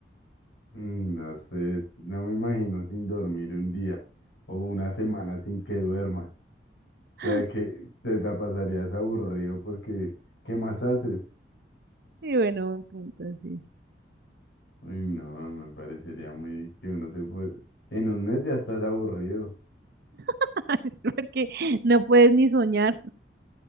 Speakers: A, on the left; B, on the right.
A: Mm, No sé, es que no me imagino sin dormir un día o una semana sin que duerma. O
B: ¡Ah!
A: sea, que te la pasarías aburrido porque, ¿qué más haces?
B: Sí, bueno, buen punto, sí.
A: Uy, no, me parecería muy que uno se puede... En un mes ya estás aburrido.
B: <laughs> Es porque no puedes ni soñar.